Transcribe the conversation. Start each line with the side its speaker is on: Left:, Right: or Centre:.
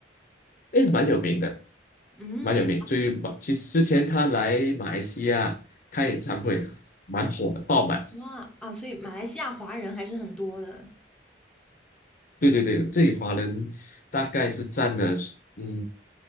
Left: 诶，蛮有名的，
Centre: 嗯
Left: 蛮有名。最近其实之前他来马来西亚开演唱会，蛮火的，爆满。
Centre: 啊啊，所以马来西亚华人还是很多的。
Left: 对对对，这里华人大概是占了，嗯，